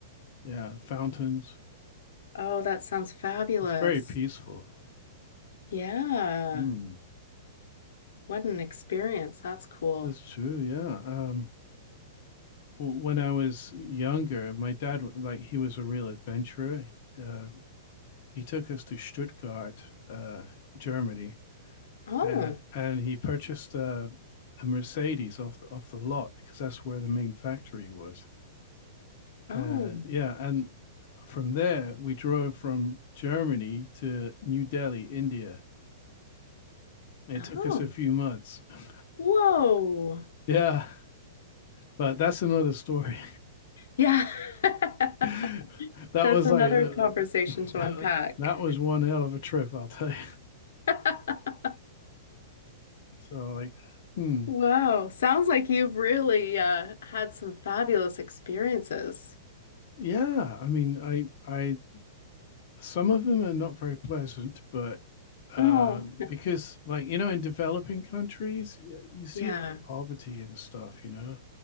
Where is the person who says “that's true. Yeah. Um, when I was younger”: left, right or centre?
Left